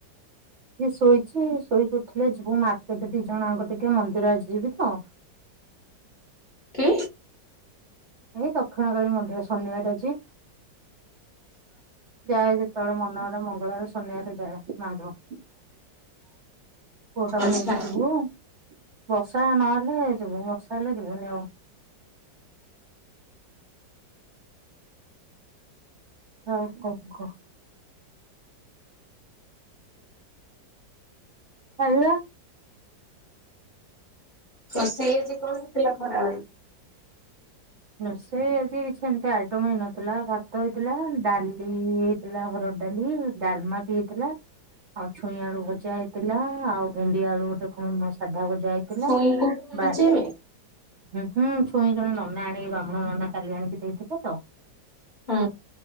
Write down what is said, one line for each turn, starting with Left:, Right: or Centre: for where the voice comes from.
Right: ସିଏ ଶୋଇଛି ଶୋଇ କି ଉଠିଲେ ଯିବୁ ମାର୍କେଟ ଦି ଜଣ ଆଙ୍କ ଟିକେ ମନ୍ଦିର ଆଜି ଯିବି ତ।
Left: କି?
Right: ଏ ଦକ୍ଷିଣକାଳୀ ମନ୍ଦିର ଶନିବାର ଆଜି। ଯାଏ ଯେତେବେଳେ ମନ ହେଲେ ମଙ୍ଗଳବାର ଶନିବାରେ ଯାଏ ମାଁ ଙ୍କୁ ପୁଅଟାକୁ
Left: ଆଚ୍ଛା
Right: ନେଇକି ଯିବୁ ବର୍ଷା ନହେଲେ ଯିବୁ ବର୍ଷା ହେଲେ ଯିବୁନି ଆଉ। ଆଉ କଣ କହ? ଖାଇବା।
Left: ରୋଷେଇ ଆଜି କଣ ହେଇଥିଲା ଖରାବେଳେ?
Right: ରୋଷେଇ ଆଜି କିଛି ଏମିତି ଆଇଟମ ହେଇନଥିଲା ଭାତ ହେଇଥିଲା ଡାଲି ଇ ହେଇଥିଲା ହରଡ଼ ଡାଲି ଡ଼ାଲମା ବି ହେଇଥିଲା। ଆଉ ଛୁଇଁ ଆଳୁ
Left: ହୁଁ।
Right: ଭଜା ହେଇଥିଲା ଆଉ ଭେଣ୍ଡି ଆଳୁ ଗୋଟେ କଣ ମ ସାଧା ଭଜା ହେଇ ଥିଲା
Left: ଛୁଇଁ କୋଉଠୁ ମିଳୁଛି
Right: ବା
Left: ଏବେ?
Right: ହୁଁ ହୁଁ ଛୁଇଁ ଜଣେ ନନା ଆଣିକି ବାହ୍ମୁଣ ନନା କାଲି ଆଣିକି ଦେଇଥିଲେ ତ।
Left: ହୁଁ।